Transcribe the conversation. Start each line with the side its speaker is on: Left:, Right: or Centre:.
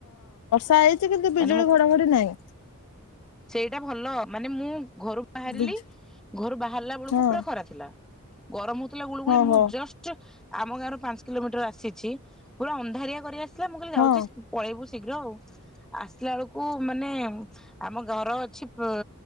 Left: ଇଛି କିନ୍ତୁ ବିଜୁଳି
Centre: ମାନେ ମୁଁ
Left: ଘଡାଘଡି ନାହିଁ
Centre: ସେଇଟା ଭଲ ମାନେ ମୁଁ ଘରୁ ବାହାରିଲି
Left: ବିଜୁ
Centre: ଘରୁ ବାହାରିଲା ବେଳକୁ
Left: ହଁ
Centre: ପୁରା ଖରା ଥିଲା ଗରମ ହେ ଗୁଳୁଗୁଳି
Left: ହଁ
Centre: ମୁଁ
Left: ହଁ
Centre: ଜଷ୍ଟ ଆମ ଗାଁ ର ପାଞ୍ଚ କିଲୋମିଟର ଆସିଛି ପୁରା ଅନ୍ଧାରିଆ କରି ଆସି ମୁଁ କହିଲ
Left: ହଁ
Centre: ଯାଉଛି ପଳେଇବୁ ଶୀଘ୍ର ଆଉ ଆସିଲା ବେଳକୁ ମାନେ ଆମ ଘର ଅଛି ପ